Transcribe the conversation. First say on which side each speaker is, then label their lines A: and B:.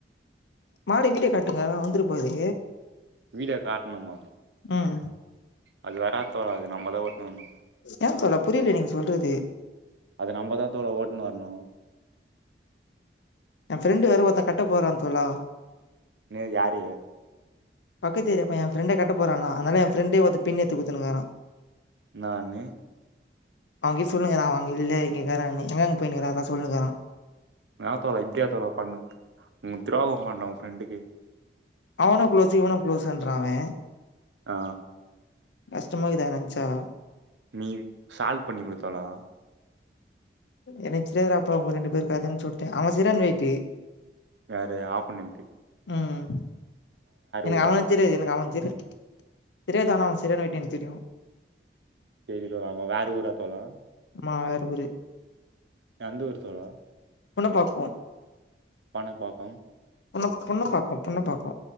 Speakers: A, on the left (about 85°); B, on the right (about 80°).
A: மாடு வீட்டெ காட்டுங்க வந்துட்டு போது
B: வீட காட்ணுமா
A: ம்
B: அது வராத் தோழா நம்ம தா ஓட்னு வர்னொ
A: ஏ தோழா புரியல நீங்க சொல்றது
B: அத நம்மதா தோழா ஓட்னு வர்ணு
A: என ஃப்ரெண்டு வேற ஒருத்த கட்ட போறா தோழா
B: ம் யாரு
A: பக்கத்து ஏரியா பையெ எ ஃப்ரண்டே கட்ட போறானா அத்னால எ ஃப்ரண்டே ஒருத்த பின் எத்து குட்த்துனுகுறா
B: நானே
A: அவுங்கிட் சொல்னுக்றா அவுங்க இல்ல இங்கேக்குறான்னு எங்க போயினுக்ற அத சொல்னுக்றா
B: என்ன தோழா இப்டியா தோழா பண்ண உங்க துரோகொ பண்ண உங் ஃப்ரெண்டுக்கு
A: அவனு குளோஸு இவனு குளோஸுன்றா அவெ
B: ஆ
A: கஷ்டமாகுது அத நென்ச்சா
B: நீ சால்வ் பண்ணி குடு தோழா
A: எனக் தெரியாதுடா அப்பா உங்க ரெண்டு பேரு கதன்னு சொல்ட்டே அவெ செறான வெயிட்டு
B: யாரு ஆப்பணன்ட்டு
A: ம் எனக்கு
B: ஊரா
A: அவன தெரியாது எனக்கு அவன தெரிய தெரியாது ஆனா அவெ சரியான வெயிட்னு எனக்கு தெரியு
B: செரி தோழா அவெ வேற ஊரா தோழா
A: ஆமா வேற ஊரு
B: எந்த ஊர் தோழா
A: ஒன்ன பாப்போ
B: பண பாக்கும்
A: உனுக் பொண்ணு பாக்கோ பொண்ணு பாக்கோ